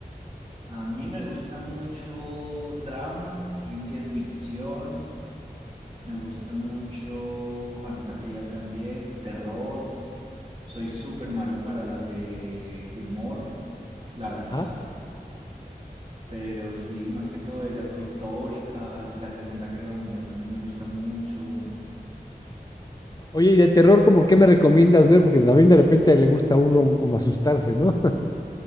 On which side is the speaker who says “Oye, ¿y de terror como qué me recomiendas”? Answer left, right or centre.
Left